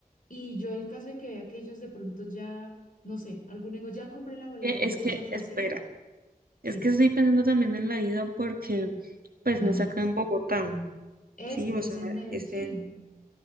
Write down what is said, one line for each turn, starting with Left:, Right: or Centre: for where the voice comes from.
Left: y yo el caso de que vea que ellos de pronto ya, no sé, alguno digo, ya compré la boleta
Right: Eh, Es
Left: o cosas
Right: que,
Left: así,
Right: espera,
Left: sí.
Right: es que estoy pensando también en la ida porque, pues,
Left: Ah,
Right: no saca en Bogotá,
Left: eso,
Right: ¿sí?
Left: que
Right: O sea,
Left: sea en Medellín.
Right: es en...